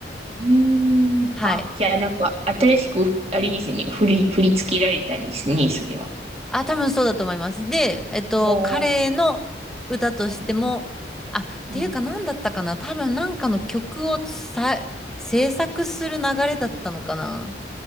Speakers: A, on the right; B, in the centre.
A: うーん。
B: はい。
A: あ、じゃあなんか、新しく、あれですね、振り、振り付けられたんですね、それは。
B: あ、多分そうだと思います。で、えっと、
A: おー、
B: 彼の歌としても、
A: はい。
B: あ、っていうか何だったかな多分なんかの曲をさ、
A: うん。
B: 制作する流れだったのかな